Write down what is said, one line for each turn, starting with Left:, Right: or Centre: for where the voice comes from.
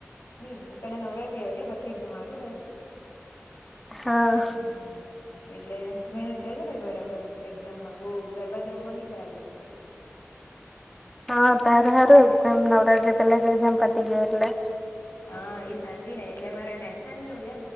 Left: નઈ પેલા નવરાત્રી આવે કે પચ્ચી એઝામ આવે કે તારી
Centre: હા
Left: હમ એટલે મહેનત કરજ ભાઈ બરાબર એક્ઝામમાં બહ ગરબા જ રમવા નની જાય કરતી
Centre: હા તાર હારું એામ નવરાત્ર્રી પહેલા જ એામ પતી ગ એરલે
Left: હા એ શાંતિ નહ એટલે મારે ટેન્શન નહી હોય